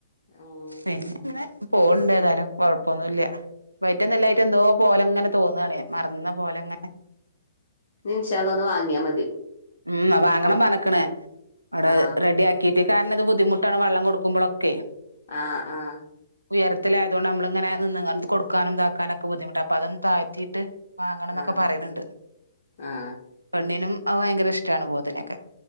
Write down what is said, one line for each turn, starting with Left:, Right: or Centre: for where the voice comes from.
Left: ഉം
Right: പിന്നെ ങ്ങനെ പോണ്ട് ഏതായലും കൊഴപ്പൊന്നുല്ല പൈറ്റ നല്ലായിട്ട് എന്തോ പോലെ അങ്ങനെ തോന്നാണ മറന്ന പോലെ ങ്ങനെ
Left: ഞ്ഞി ഇൻശാഅല്ലാഹ്‌ ഒന്ന് വാങ്ങിയാ മതി
Right: ഉം വാങ്ങണം
Left: ഓ
Right: പറഞ്ഞ്ക്ക്ണേ അവിടെ
Left: ആ
Right: റെഡി ആക്കി ട്ട് കാരണം ഇത് ബുദ്ധിമുട്ടാണ് വെള്ളം കൊടുമ്പളൊക്കെ
Left: ആഹ് ആഹ്
Right: ഉയരത്തിലായതുകൊണ്ട് നമ്മള ഇങ്ങന നിന്ന്കാണ്ട് കൊടുക്കാനും താക്കാനൊക്കെ ബുദ്ധിമുട്ട് അപ്പ അതൊന്ന് തായ്തീട്ട് വാങ്ങണം ന്നൊക്കെ
Left: ആ
Right: പറയ്ണ്ണ്ട്
Left: ആ
Right: പെണ്ണിനും അ ഭയങ്കര ഇഷ്ടാണ് പോത്തിനൊക്കെ